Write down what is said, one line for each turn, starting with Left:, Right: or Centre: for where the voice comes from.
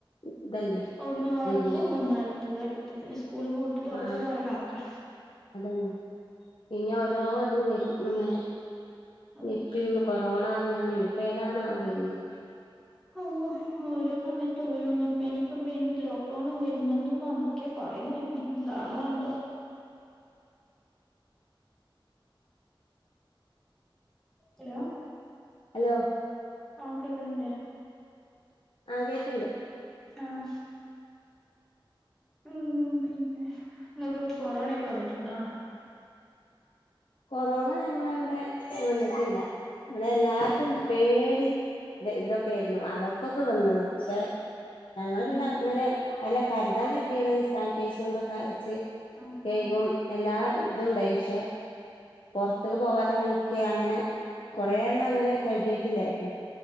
Left: ഇതല്ലേ
Centre: ഒന്ന് മാറുമ്പോം
Left: വര്ണെ
Centre: ഒന്നടുത്തത് അടുത്തത് സ്കൂള് പൂട്ടി തൊറക്കുന്നവരെ
Left: ആ
Centre: കണക്കാ
Left: അതന്നെ ഇനി ഓരോ ഇത് വരും ഇങ്ങനെ <unintelligible>
Centre: ഉം
Left: കൊറോണ പറഞ്ഞാണ് ഇനിപ്പ ഏതാണാ വരുന്നേ
Centre: ഓഹ് ഓരോ സമയത്ത് ഓരോന്നിപ്പ ഇനിപ്പം വീണ്ടും ലോക്ക്ഡൌൺ വരുന്നുണ്ട്ന്നാ ക്കെ പറേണ കേക്കണ് എന്താണോ എന്തോ ഹലോ
Left: ഹലോ
Centre: ആഹ് കേക്കുന്നില്ലേ
Left: ആഹ് കേക്കണ്ട്
Centre: ആഹ് ഉം പിന്നെ നിങ്ങക്കൊക്കെ കൊറോണൊക്കെ വന്നിട്ടുണ്ടാ?
Left: കൊറോണ ഞങ്ങളവടെ വന്നിട്ടില്ല. ഇവട എല്ലാർക്കും പേടി ഇതൊക്കെ ഏരുന്നു അവർക്ക് ഒക്കെ വന്ന്ണ് പക്ഷെ ഞങ്ങള്
Centre: ആ
Left: പിന്നെ അങ്ങനെ
Centre: നിക്ക്
Left: എല്ലാ കരുതാൻ കരുതിയെണ് സാനിറ്റൈസും ഇതൊക്കെ അടിച്ച്
Centre: ആ
Left: കേയ്കും
Centre: ആ
Left: എല്ലാ ഇതുണ്ടായിന് പക്ഷേ പുറത്തക്ക് പോവാത അങ്ങനെ നിക്കെയ അങ്ങനെ കൊറെ ഒന്നും അങ്ങനെ കരുതിയിട്ടില്ലായിരുന്നു